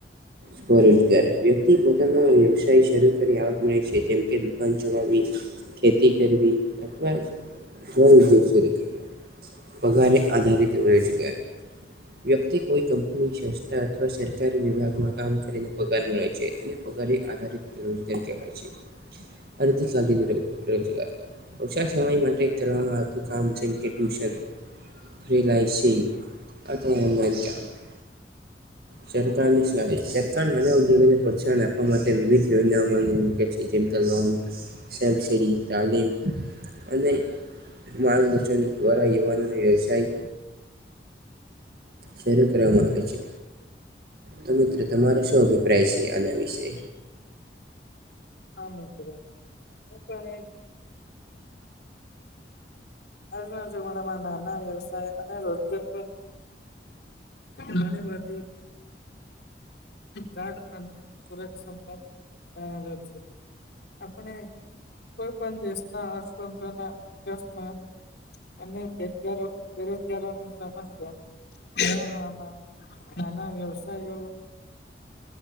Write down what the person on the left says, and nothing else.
હા એણ આજના જમાનામાં નાના વ્યવસાય અને રોજગાર ઘણી બધી ગાઢ અને સુરક્ષદ આપણે કોઈ પણ દેશ ના અર્થતંત્ર ના વિકાસમાં અનેજગારો બેરોજગારોની સમસ્યા વધારવામાં નાના વ્યવસાયો